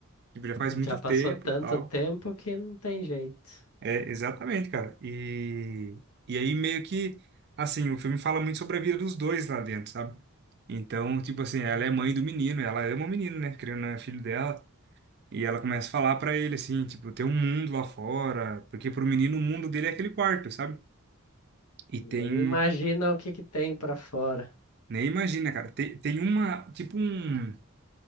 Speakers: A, on the right; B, on the left.
A: tipo, já faz muito
B: Já passou
A: tempo,
B: tanto
A: tal.
B: tempo que não tem jeito.
A: É, exatamente, cara. E, e aí meio que, assim, o filme fala muito sobre a vida dos dois lá dentro, sabe? Então, tipo assim, ela é mãe do menino, ela ama o menino, né? Querendo ou não, é filho dela. E ela começa a falar pra ele, assim, tipo, tem um mundo lá fora, porque pro menino o mundo dele é aquele quarto, sabe? E
B: Nem
A: tem,
B: imagina o que que tem pra fora.
A: nem imagina, cara, tem, tem uma, tipo um,